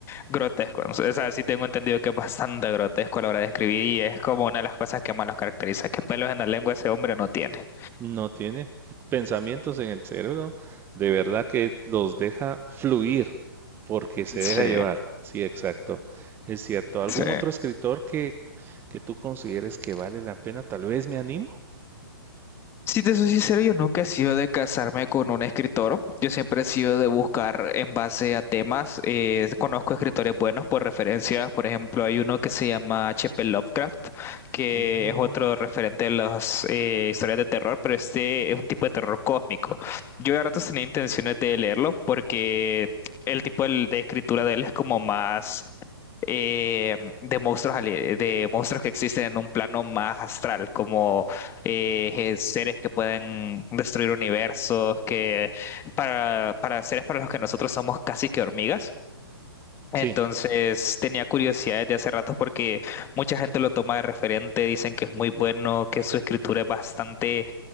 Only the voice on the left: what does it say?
Grotesco, ¿no? o sea, sí tengo entendido que es bastante grotesco a la hora de escribir y es como una de las cosas que más los caracteriza, que pelos en la lengua ese hombre no tiene.
Sí,
sí.
Si te soy sincero, yo nunca he sido de casarme con un escritor. Yo siempre he sido de buscar en base a temas. Eh, conozco escritores buenos por referencias. Por ejemplo, hay uno que se llama H. P. Lovecraft, que
es otro referente de las eh, historias de terror, pero este es un tipo de terror cósmico. Yo a ratos tenía intenciones de leerlo porque el tipo de, de escritura de él es como más eh, de monstruos ali- de monstruos que existen en un plano más astral, como eh, eh, seres que pueden destruir universos, que para, para seres para los que nosotros somos casi que hormigas. Entonces
tenía curiosidad desde hace rato porque mucha gente lo toma de referente, dicen que es muy bueno, que su escritura es bastante